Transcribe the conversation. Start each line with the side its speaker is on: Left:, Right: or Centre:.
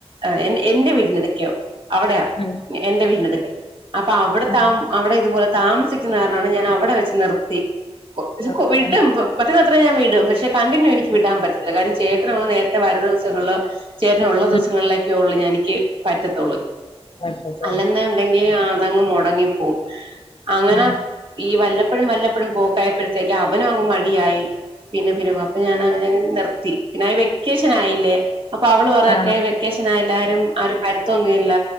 Right: ആഹ് എൻ എന്റെ വീട്ടിനടുക്കയോ അവിടെയാ
Left: ഉം,
Right: എന്റെ വീട്ടിനടുക്കേ. അപ്പൊ അവിട്ത്തെ
Left: ഉം.
Right: ആഹ് അവിടെ ഇതുപോലെ താമസിക്കുന്ന കാരണാണ് ഞാൻ അവിടെ വെച്ച് നിർത്തി. <unintelligible>
Left: ഓക്കേ.
Right: വിടും പൊ പറ്റുന്നത്രെ ഞാൻ വിടും. പക്ഷെ കണ്ടിന്യൂ എനിക്ക് വിടാൻ പറ്റത്തില്ല. കാര്യം ചേട്ടനങ്ങ് നേരത്തെ വരുന്ന ദിവസങ്ങളില് ചേട്ടനുള്ള ദിവസങ്ങളിലേക്കെയൊള്ളൂ
Left: ഉം,
Right: ഞാ എനിക്ക് പറ്റത്തൊള്ളൂ.
Left: ഓക്കേ. ഓക്കേ.
Right: അല്ലെന്ന് ഉണ്ടെങ്കി അതങ്ങ് മുടങ്ങിപ്പോവും. അങ്ങനെ
Left: ഉം,
Right: ഈ വല്ലപ്പഴും വല്ലപ്പഴും പോക്കായപ്പഴത്തേക്ക് അവനും അങ്ങ് മടിയായി പിന്നെ പിന്നെപ്പോം. അപ്പൊ ഞാനവന് നിർത്തി. പിന്നെ വെക്കേഷൻ ആയില്ലേ അപ്പൊ അവള് പറയാ
Left: ആ,
Right: വെക്കേഷനായ എല്ലാരും ആരും വരത്തൊന്നുവില്ല.